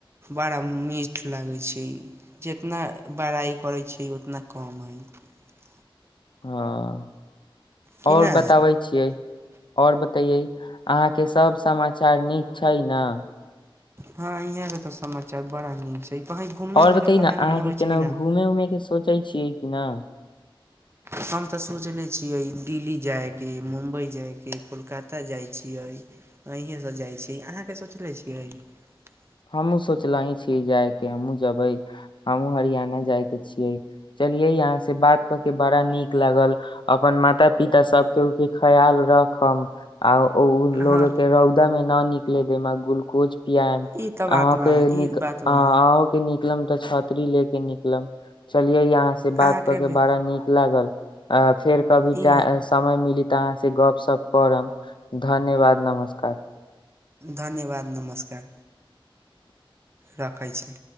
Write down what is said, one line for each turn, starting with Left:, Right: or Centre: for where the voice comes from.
Right: बड़ा मीठ लागै छै जितना बड़ाइ करै छैिय उतना कम हइ। <unintelligible>
Left: हँ। <unintelligible>
Right: कि
Left: ओर
Right: ना
Left: बताबै छियै <unintelligible> आओर बतैये। <unintelligible> अहाँके सभ समाचार नीक छै ने। <unintelligible>
Right: हॅं यहां के तो समाचार बड़ा नीक छै। <unintelligible> घूमे
Left: और
Right: उमे
Left: बताये
Right: के
Left: न
Right: प्लान
Left: अहाँके
Right: बनाबै
Left: केना
Right: छै कि
Left: घूमे
Right: ना
Left: उऊमे के। सोचै छियै कि नहि। <unintelligible>
Right: हम तऽ सोचले छियै दिल्ली जायके ह मुम्बइ जायके कोलकाता जाइत छियै अहीँसँ जाइत छियै अहाँके सोचले छियै। <unintelligible>
Left: हमहुूँ सोचलेी छीियै जाय के हमहूँ जेबै हमहुूँ हरियाणा जाय के छियै चलियै यहाँ से बात कऽ के बड़ा नीक लागल अपन माता- पिता सबके ओके खयाल राखब आ। ओ लोग
Right: हँ
Left: के रौदा मे न निक। पे दे गुलकुच। पआम।
Right: ई तऽ
Left: <unintelligible> आह
Right: बात
Left: ओके
Right: बा
Left: नीक
Right: ई बात
Left: आ -आहके
Right: बा
Left: नीक। न तऽ छाती ले के निकलम चल। <unintelligible> ये अहाँ से बात
Right: अहाँके
Left: क के
Right: भी
Left: बड़ा नीक लागल। आ। <unintelligible> फेर कभी
Right: ई
Left: टा समय मिली त कहां से गप सप करब, धन्यवाद नमस्कार।
Right: धन्यवाद नमस्कार। राखै छी।